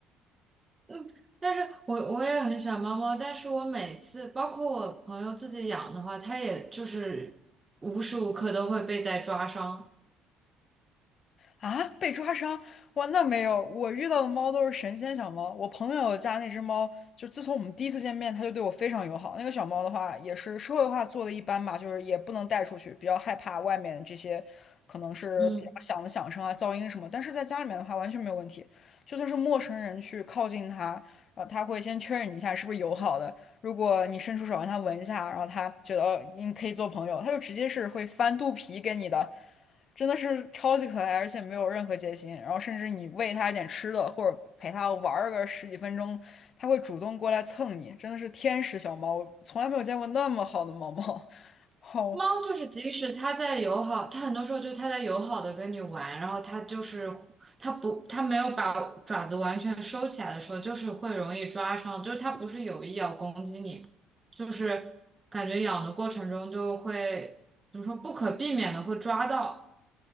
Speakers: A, on the right; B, on the left.
A: 嗯，但是我我也很喜欢猫猫，但是我每次包括我朋友自己养的话，它也就是无时无刻都会被在抓伤。
B: 啊，被抓伤？哇，那没有，我遇到的猫都是神仙小猫。我朋友家那只猫，就自从我们第一次见面，它就对我非常友好。那个小猫的话，也是社会化做的一般嘛，就是也不能带出去，比较害怕外面这些可能是比较响的响声啊、
A: 嗯。
B: 噪音什么。但是在家里面的话，完全没有问题。就算是陌生人去靠近它，然后它会先确认你一下是不是友好的。如果你伸出手让它闻一下，然后它觉得哦你可以做朋友，它就直接是会翻肚皮给你的。真的是超级可爱，而且没有任何戒心。然后甚至你喂它一点吃的，或者陪它玩个十几分钟，它会主动过来蹭你，真的是天使小猫，我从来没有见过那么好的猫猫。<laughs> 好，
A: 猫就是，即使它在友好，它很多时候就是它在友好的跟你玩，然后它就是它不，它没有把爪子完全收起来的时候，就是会容易抓伤，就是它不是有意要攻击你，就是感觉养的过程中就会怎么说不可避免的会抓到，